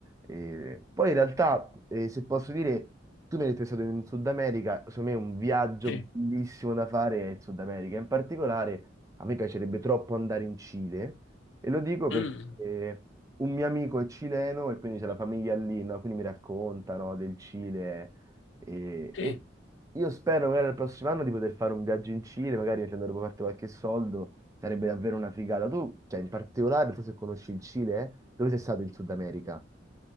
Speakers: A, on the right (about 20°); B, on the left (about 80°).
A: Eh, poi in realtà, eh, se posso dire, tu mi hai detto che sei stato in Sud America, secondo me un viaggio
B: sì.
A: bellissimo da fare è il Sud America, in particolare a me piacerebbe troppo andare in Cile. E lo dico perché
B: Mm,
A: un mio amico è cileno e quindi c'è la famiglia lì, no? Quindi mi raccontano del Cile e,
B: sì.
A: e io spero magari il prossimo anno di poter fare un viaggio in Cile, magari facendo dopo parte qualche soldo, sarebbe davvero una figata. Tu, cioè, in particolare, non so se conosci il Cile, eh? Dove sei stato in Sud America?